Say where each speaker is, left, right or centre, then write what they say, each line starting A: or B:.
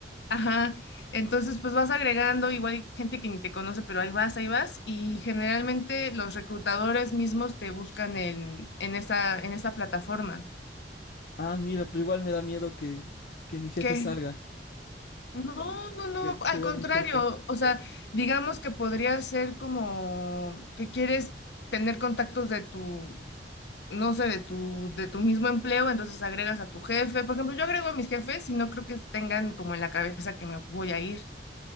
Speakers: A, on the left (about 70°); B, on the left (about 55°).
A: Ajá, entonces pues vas agregando, igual hay gente que ni te conoce, pero ahí vas, ahí vas, y generalmente los reclutadores mismos te buscan en, en esa, en esa plataforma.
B: Ah, mira, pero igual me da miedo que, que mi jefe
A: ¿Qué?
B: salga,
A: No, no, no,
B: que,
A: al
B: que vea
A: contrario,
B: a mi jefe.
A: o sea, digamos que podría ser como que quieres tener contactos de tu, no sé, de tu, de tu mismo empleo, entonces agregas a tu jefe. Por ejemplo, yo agrego a mis jefes y no creo que tengan como en la cabeza que me voy a ir.